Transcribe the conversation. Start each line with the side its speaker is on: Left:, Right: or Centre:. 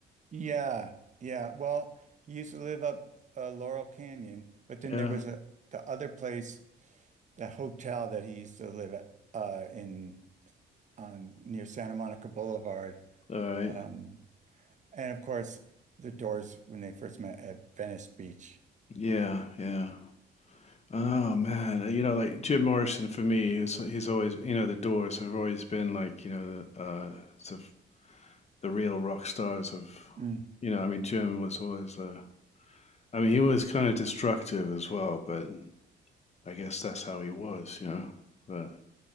Right: Yeah, yeah. Well, he used to live up uh, Laurel Canyon, but then
Left: Yeah.
Right: there was a the other place, the hotel that he used to live at uh, in on near Santa Monica Boulevard.
Left: All right.
Right: Um, and of course, the Doors when they first met at Venice Beach.
Left: Yeah. Yeah. Oh man, you know, like Jim Morrison for me, he's he's always, you know, the Doors have always been like, you know, the uh, sort of the real rock stars of,
Right: Mm.
Left: you know, I mean, Jim was always, uh, I mean, he was kind of destructive as well, but I guess that's how he was, you know. But